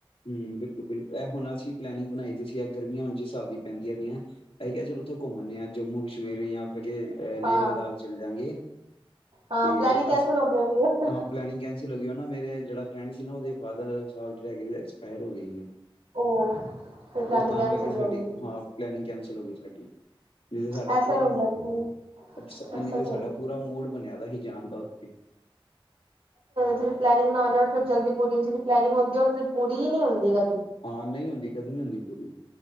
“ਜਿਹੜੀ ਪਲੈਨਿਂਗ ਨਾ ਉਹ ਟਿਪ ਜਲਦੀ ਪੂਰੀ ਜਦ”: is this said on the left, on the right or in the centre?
Right